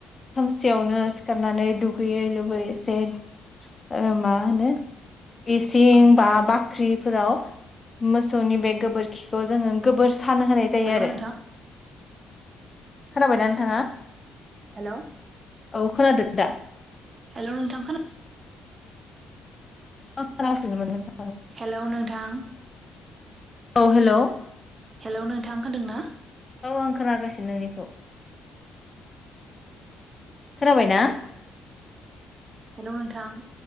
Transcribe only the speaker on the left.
खोमसियावनो सिखारनानै दुगैयै लोबै जे ओ मा होनो इसिं
बा बा ख्रिफोराव मोसौनि बे गोबोरखिखौ जोङो गोबोर थान होनाय जायो
आरो।
खोनाबायना नोंथांङा।
औ खोनादों दा?
<unintelligible> नोंथां।
औ हेल'।
औ आं खोनागासिनो नोंनिखौ। खोनाबायना?